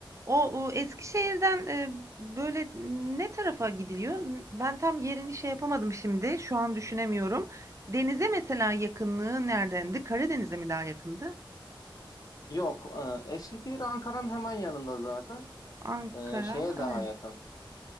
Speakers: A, on the right (about 35°); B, on the left (about 45°).
A: o, o Eskişehir'den e, böyle ne tarafa gidiliyor? Ben tam yerini şey yapamadım şimdi. Şu an düşünemiyorum. Denize mesela yakınlığı neredendi? Karadeniz'e mi daha yakındı?
B: Yok, e, Eskişehir Ankara'nın hemen yanında zaten.
A: Ankara,
B: E, şeye daha
A: evet.
B: yakın.